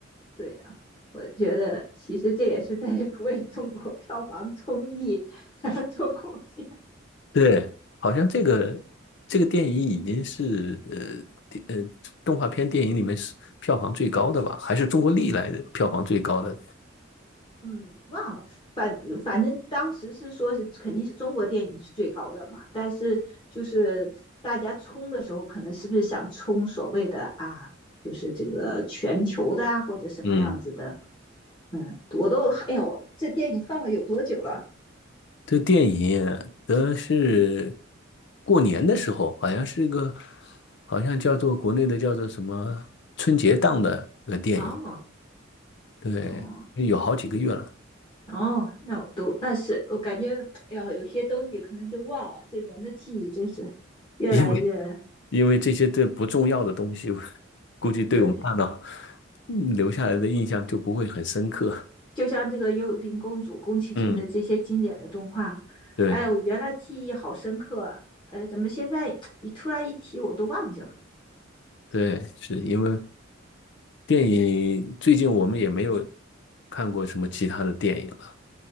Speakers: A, on the left; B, on the left.
A: 对啊，我觉得其实这也是在 <laughs> 为中国票房综艺 <laughs> 做贡献。
B: 对，好像这个这个电影已经是呃电呃动画片电影里面是票房最高的吧，还是中国历来的票房最高的。
A: 嗯，忘了，反反正当时是说是肯定是中国电影是最高的嘛，但是就是大家冲的时候，可能是不是想冲所谓的啊，就是这个全球的啊，或者什么样子的。
B: 嗯。
A: 嗯，我都哎呀，我这电影放了有多久了？
B: 这个电影的是过年的时候，好像是个，好像叫做国内的叫做什么春节档的个电影，
A: 哦，
B: 对，
A: 哦，
B: 有好几个月了。
A: 哦，那我都那是我感觉，哎呀，有些东西可能就忘了。这人的记忆真是越来越
B: 因为因为这些这不重要的东西，估计对我们大脑
A: 对，
B: 嗯留下来的印象就不会很深刻。
A: 就像这个《幽灵公主》宫崎骏的这些经典的动画，
B: 嗯，对
A: 哎，我原来记忆好深刻啊，呃，怎么现在你突然一提我都忘记了？
B: 对，是因为电影最近我们也没有看过什么其他的电影。了。